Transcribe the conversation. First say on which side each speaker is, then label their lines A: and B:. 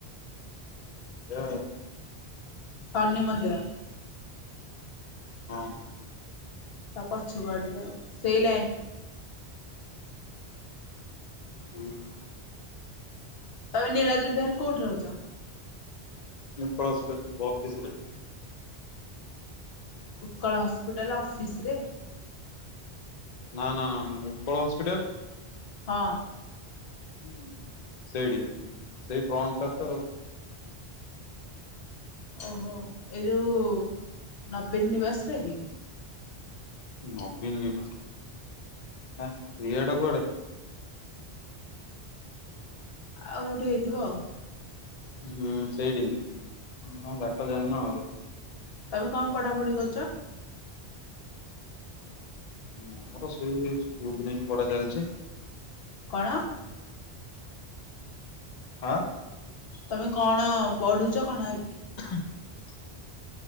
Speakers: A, on the left; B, on the left.
A: ଏ
B: ଶନି ମନ୍ଦିର।
A: ହଁ, ହଁ।
B: ତା ପଛୁ କୁ ଆଉ ଟିକେ ଆଉ ସେଇ ଲାଇନ୍ ଟା।
A: ହଁ।
B: ତୋମେ ନୀଳାଦ୍ରି ବିହାର କୋଉଠି ରହୁଛ?
A: ମୁଁ ଉତ୍କଳ ହସ୍ପିଟାଲ୍ ବ ଅଫିସ୍ ରେ।
B: ଉତ୍କଳ ହସ୍ପିଟାଲ୍ ଅଫିସ୍ ରେ?
A: ନା, ନା, ନା, ନା ଉତ୍କଳ ହସ୍ପିଟାଲ୍।
B: ହଁ।
A: ହଁ ସେଇଠି ସେଇ ଫ୍ରଣ୍ଟ ଟା ତ।
B: ଓହୋ, ଏଇ ଯୋଉ ନବୀନ ନିବାସ ରେ କି?
A: ନବୀନ ନିବାସ ହେ ସିଆଡେ କୁଆଡେ।
B: ଆଉ କୋଉଠି ହେଇଥିବ ଆଉ।
A: ହୁଁ, ସେଇଠି ହିଁ, ତୋମେ ବାଟ ଜାଣିନ ଆଉ।
B: ତମେ କଁ ପଢାପଢି କରୁଚ?
A: ମୋର ସେଇ ସ୍କୁଲରେ ହିଁ ପଢା ଚାଲିଚି।
B: କଣ?
A: ଆଁ।
B: ତମେ କଣ ପଢୁଚ କଣ ଏ
A: <unintelligible>